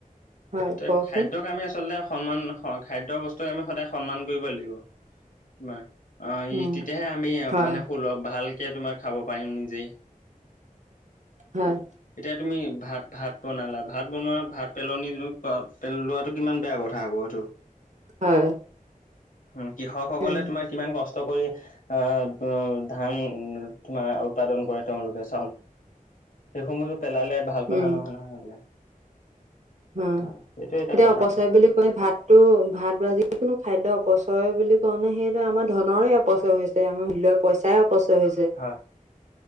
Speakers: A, on the right; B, on the left.
A: হয়
B: এতি
A: কওকচোন
B: খাদ্যক আমি আচলতে সন্মান হয় খাদ্য বস্তু আমি সদায় সন্মান কৰিব লাগিব। তোমাৰ, অ
A: উম
B: ই তেতিয়াহে আমি
A: হয়
B: মানে সুলভ ভালকে তোমাৰ খাব পাৰিম নিজেই।
A: হয়।
B: এতিয়া তুমি ভাত ভাত বনালা ভাত বনোৱা ভাত পেলনি লোৱাতটো কিমান বেয়া কথা। খ হব আৰু <unintelligible>
A: হয়,
B: উ কৃষকসকলে
A: উম
B: তোমাৰ কিমান কষ্ট কৰি আহ ধানা উৎপাদন কৰে তেওঁলোকে। সেইসমূহতটো পেলালে ভাল কথা
A: উম
B: নহয় নহয় সেইবিলাক।
A: অ
B: হয় সেইটোৱে এটা
A: এতিয়া
B: কথাটো
A: অপচয় বুলি কৈ ভাত টো ভাত বা যিকোনো খাদ্য অপচয় বুলি কওঁ নে সেইটোে আমাৰ ধনৰৰে অপচয় হৈছে আমাৰ মিলৰ পইচাই অপচয় হৈছে।
B: হয়